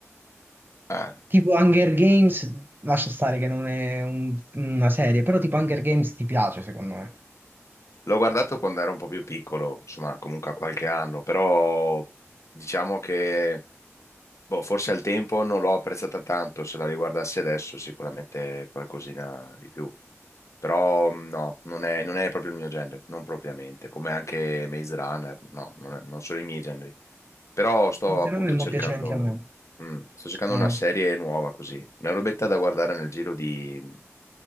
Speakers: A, on the left; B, on the right.
A: eh,
B: Tipo Hunger Games, lascia stare che non è un- una serie, però tipo Hunger Games ti piace secondo me.
A: L'ho guardato quando ero un po' più piccolo, insomma, comunque a qualche anno, però diciamo che Boh, forse al tempo non l'ho apprezzata tanto, se la riguardassi adesso sicuramente qualcosina di più, però mh, no, non è, non è proprio il mio genere, non propriamente, come anche Maze Runner, no, non, è- non sono i miei generi, però sto
B: Il fenomeno
A: appunto
B: non
A: cercando,
B: piace neanche a me. No.
A: mh, sto cercando
B: no.
A: una serie nuova così, una robetta da guardare nel giro di, mh,